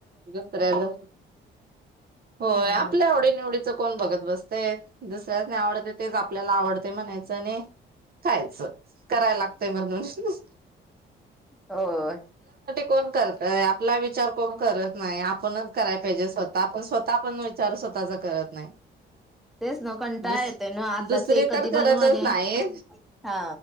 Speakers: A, on the right; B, in the centre.
A: दुसऱ्याला, होय
B: हम्म
A: आपल्या आवडी निवडीच कोण बघत बसतय, दुसऱ्यांना आवडतय तेच आपल्याला आवडतय म्हणायचं. चने खायल करायला आपल्यासाठी
B: होय
A: कोण करतय आपला विचार कोण करत नाही आपणच कराय पाहिजे स्वतः आपण स्वतः पण विचार स्वतःचा करत नाही.
B: तेच ना कंटाळा
A: दुस
B: येतोय ना आता
A: दुसरी
B: ते कधी
A: तर करतच
B: बनवू आणि
A: नाही,
B: हा